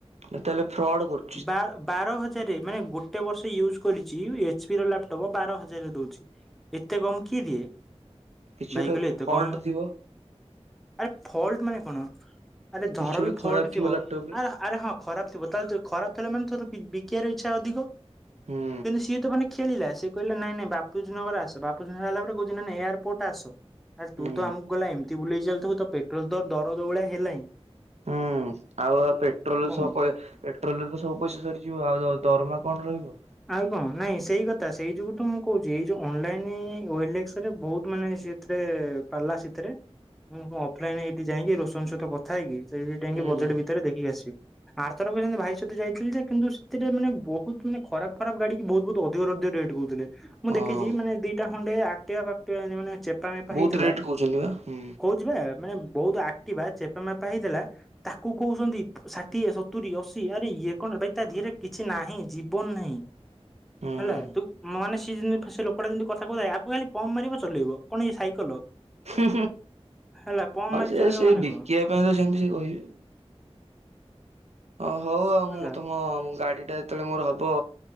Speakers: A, on the right (about 85°); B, in the centre.
A: ନ ତାହେଲେ ଫ୍ରଡ୍ କରୁଛ
B: ବାର ହଜାର ମାନେ ଗୋଟେ ବର୍ଷ ୟୁଜ କରିଛି ଏଚ ପ ର ଲାପଟପ ବାର ହଜାରରେ ଦଉଛି ଏତେ କମ କି ଦଏ
A: କିଛି
B: ଭାଇଗଲେ
A: ଗୋଟେ
B: ଏତେ
A: ଫଲ୍ଟ
B: କମ
A: ଥିବ
B: ଆରେ ଫଲ୍ଟ ମାନେ କପଣ ଆରେ
A: କିଛି
B: ଝର
A: ଗୋଟେ
B: ବି ଫ!
A: ଖରାପ
B: ଲଟ ଥିବ
A: ଲାପଟପ ରେ
B: ଆରେ ଆରେ ହଁ ଖରାପ ଥିବ ତାହେଲେ ମାନେ ତୋର ବିକିବ ଇଚ୍ଛା ଅଧିକ
A: ହୁଁ
B: କିନ୍ତୁ ସିଏ ତ ମାନେ ଖେିଲେସ ସେ କହିଲେ ନାଇଁ ବାପୁଜନଗର ଆସ ବାପୁଜନଗର ହେଲା ପରେ କହୁ ନାାଇ ଏୟାରପୋର୍ଟ ଆସ? ଆ ତୁ
A: ହୁଁ
B: ତ ଆମକୁ ଗଲା ଏମିତି ବୁଲେଇି ଚାଲିଥିବୁ ତ ପେଟ୍ରୋଲ ତ ଦର ଦୌଉଳିଆ ହେଲାିଁ
A: ହୁଁ ଆଉ ପେଟ୍ରୋଲ ସହ
B: ହବ।
A: େଟ୍ରୋଲରେ ତ ସବୁ ପଇା ସରିଯିବ ଆଉ ଦରମା କଣ ରହିବ!
B: ଆଉ କଣ ନାଇଁ ସେଇ ସେଇ ଯୋଗୁ ତ ମୁଁ କହୁଛି ଏଇ ଯୋଉ ଅନଲାଇନଲେରେ ବହୁତ ମାନେ ସେଥିରେ ପିଲା ସେଥିରେ ହଁ ଅଫଲାଇନ ଏଇଠି ଯାଇକି ରୋସନ ସହିତ କଥା ହେଇକି ସେଇଥି ଥେଇକି
A: ହୁଁ
B: ବଜେଟ
A: ହୁଁ
B: ଭିତରେ ଦେଖିକି ଆସିବୁ ଆର ଥର ସେଥିରେ ଭାଇ ସହିତ ଯାଇଥିଲି ଯେ କିନ୍ତୁ ସେଥିରେ ମାନେ ବହୁତ ମାନେ ଖରାପ ଖରାପ ଗାଡି କୁ ବହୁତ ବହୁତ ଅଧିକ ଅଧିକ ରେଟ୍ କହୁଥିଲେ ମୁଁ
A: ହଁ
B: ଦେଖିଛି ମାନେ ଦିଟା ଖଣ୍ଡେ ଆକଟିବା ଫାକଟିଵା ମାନେ ଚେପା ମେପା
A: ବହୁତ
B: ହେଇଥିଲା
A: ରେଟ କହୁଛନ୍ତି ବା ହୁଁ
B: କହୁଛି ବା ମାନେ ବହୁତ ଆକ୍ଟିବା ଚେପା ମେପା ହେଇଥିଲା ତାକୁ କହୁଛନ୍ତି ଷାଠିଏ ସତ ତୁରି ଅଶି ଆରେ ଇଏ କଣ ଭାଇ ତା ଧିହେରେ କିଛି ନାହିଁ ଜୀବନ ନାହିଁ
A: ହୁଁ
B: ହେଲା ତୁ ମାନେସ ସେ ଯେମିତି ସେ ଲୋକଟା ଯେମତି କଥା କହୁଥାଏ ଆକୁ ଖାଲି ପମ୍ପ ମାରିବ ଚଲେଇବ କଣ ଏଇ ସାଇକଲ
A: ହଁ
B: ହେଲା ପମ୍ପ ମାରି
A: ସେ
B: ଚଲେଇବ
A: ସେ
B: ମାନେ
A: ବିକିବା
B: କଣ
A: ପାଇଁ ତ ସେମିତି ସେ କହିବେ ହଁ ହଉ ଆଉ
B: ହେଲା
A: ମୁଁ ତୁମ ଗାଡି ଟା ଯେତେବେଳେ ମୋର ହବ